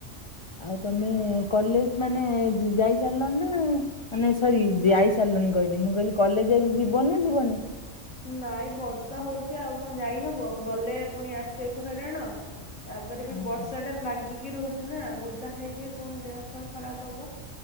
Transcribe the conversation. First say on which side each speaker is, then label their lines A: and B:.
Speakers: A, on the left (about 40°); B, on the left (about 85°).
A: ଆଉ ତମେ କଲେଜ ମାନେ ଯାଇ ସାରିଲଣି ନା କ ମାନେ ସରି ଯାଇ ସାରିଲନି କହିଲି ମୁଁ କହିଲି କଲେଜ ଆଜି ଯିବନ ନା ଯିବନି?
B: ନାଇଁ ବର୍ଷା ହଉଛି ଆଉ କଣ ଯାଇ ହବ ଗଲେ ପୁଣି ଆସିବାକୁ ହଇରାଣ। ତାପରେ ବି
A: ହୁଁ
B: ବର୍ଷାଟା
A: ହୁଁ
B: ଲାଗିକି ରହୁଛି। ନା ଓଦା ହେଇବି ପୁଣି ଦେହ ଫେହ ଖରାପ ହବ